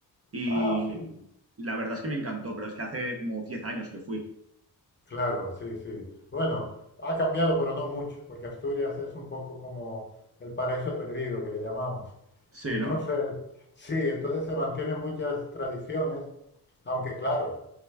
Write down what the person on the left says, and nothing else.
Ah, sí,
claro, sí, sí. Bueno, ha cambiado, pero no mucho, porque Asturias es un poco como el paraíso perdido que le llamamos.
Y entonces,
sí, entonces se mantienen muchas tradiciones, aunque claro.